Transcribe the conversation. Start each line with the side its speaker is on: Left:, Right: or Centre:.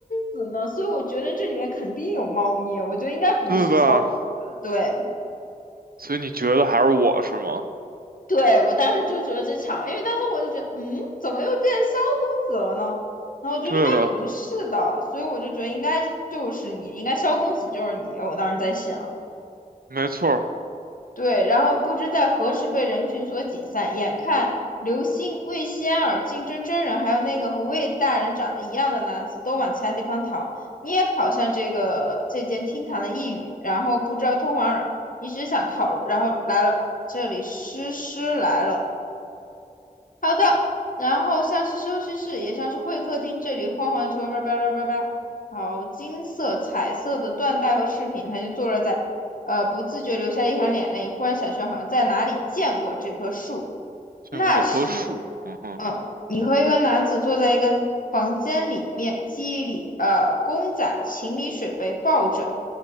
Left: 公子呢？所以我觉得这里面肯定有猫腻，我觉得应该不是萧公子。
Right: 对吧？
Left: 对，
Right: 所以你觉得还是我是吗？
Left: 对，我当时就觉得这场，因为当时我就觉得，嗯，怎么又变萧公子了呢？然后我就应该不是的，
Right: 对的，
Left: 所以我就觉得应该就是你，应该萧公子就是你，我当时在想。
Right: 没错儿，
Left: 对，然后不知在何时被人群所挤散，眼看刘星、魏仙儿、竞争真人，还有那个和魏大人长得一样的男子都往其他地方逃，你也跑向这个这间厅堂的一隅，然后不知道通往哪儿，你只想逃，然后来了这里，诗诗来了，好的，然后像是休息室，也像是会客厅，这里晃晃，球，叭叭叭叭叭。好，金色、彩色的缎带和饰品，他就坐落在，呃，不自觉流下一行眼泪，忽然想说，好像在哪里见过这棵树。
Right: 见过这棵树。
Left: 那时，
Right: 嗯哼，
Left: 嗯，你和一个男子坐在一个房间里面，记忆里，呃，公仔、情侣水杯、抱枕，